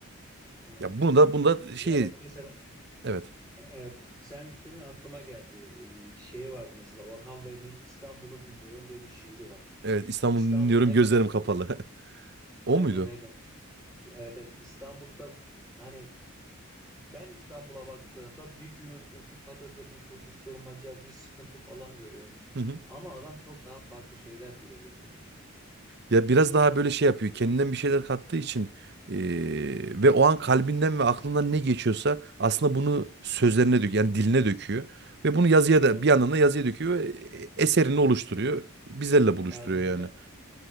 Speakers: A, in the centre; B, on the right.
A: Evet.
B: Ya bunu da bunu da
A: Ya
B: şey
A: bak mesela
B: evet.
A: Evet, sen dedin aklıma geldi. Ee, şey vardı mesela Orhan Veli'nin İstanbul'u dinliyorum diye bir şiiri var.
B: Evet İstanbul'u
A: İstanbul
B: dinliyorum
A: ne
B: gözlerim
A: kadar şeydir.
B: kapalı. <laughs>
A: Aynen
B: O muydu?
A: öyle. Evet evet İstanbul'da hani ben İstanbul'a baktığımda bir gürültü, bir patırtı, bir koşuşturmaca, bir sıkıntı falan görüyorum.
B: <laughs>
A: Ama adam çok daha farklı şeyler dile getirmiş.
B: Ya biraz
A: Ee,
B: daha böyle şey yapıyor. Kendinden bir şeyler kattığı için eee, ve o an kalbinden ve aklından ne geçiyorsa aslında bunu sözlerine döküyor. Yani diline döküyor. Ve bunu yazıya
A: evet,
B: da bir yandan da yazıya döküyor ve e, eserini oluşturuyor. Bizlerle buluşturuyor
A: aynen
B: yani.
A: öyle.